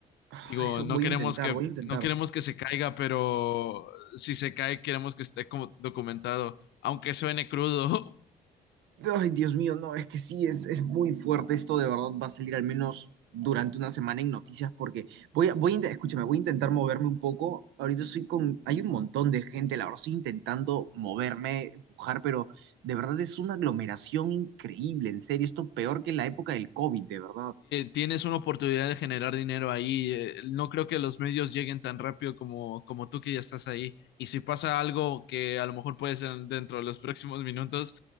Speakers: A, on the right; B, on the left.
A: Ah,
B: Digo,
A: Eso
B: no
A: voy
B: queremos
A: a intentar,
B: que,
A: voy a intentar.
B: no queremos que se caiga, pero si se cae, queremos que esté como documentado, aunque suene crudo <laughs>
A: Ay, Dios mío, no, es que sí, es, es muy fuerte esto, de verdad va a salir al menos durante una semana en noticias porque voy a, voy a, inte- escúchame, voy a intentar moverme un poco. Ahorita estoy con, hay un montón de gente, la verdad, estoy intentando moverme, empujar, pero de verdad es una aglomeración increíble, en serio, esto peor que la época del COVID, de verdad.
B: tienes una oportunidad de generar dinero ahí. Eh, No creo que los medios lleguen tan rápido como, como tú que ya estás ahí. Y si pasa algo que a lo mejor puede ser dentro de los próximos minutos,